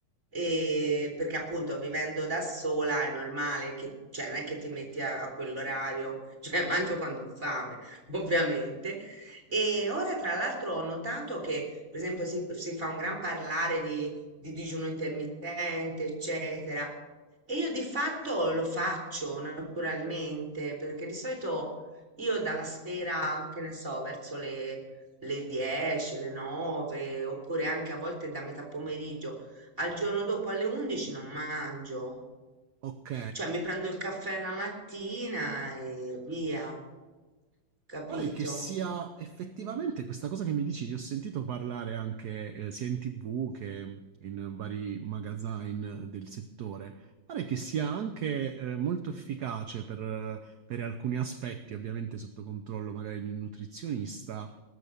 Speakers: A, on the right (about 30°); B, on the right (about 60°).
A: e perché appunto vivendo da sola è normale che, cioè non è che ti metti a, a quell'orario, <laughs> cioè mangio quando ho fame, ovviamente. E
B: Sì.
A: ora tra l'altro ho notato che, per esempio, si, si fa un gran parlare di, di digiuno intermittente, eccetera. E io di fatto lo faccio naturalmente, perché di solito io dalla sera, che ne so, verso le, le 10, le 9, oppure anche a volte da metà pomeriggio al giorno dopo alle 11 non mangio.
B: Ok,
A: Cioè mi prendo il caffè la mattina e via, capito?
B: Pare che sia effettivamente questa cosa che mi dici, ne ho sentito parlare anche eh, sia in TV che in vari magazzine del settore. Pare che sia anche eh, molto efficace per, eh, per alcuni aspetti, ovviamente sotto controllo magari di un nutrizionista,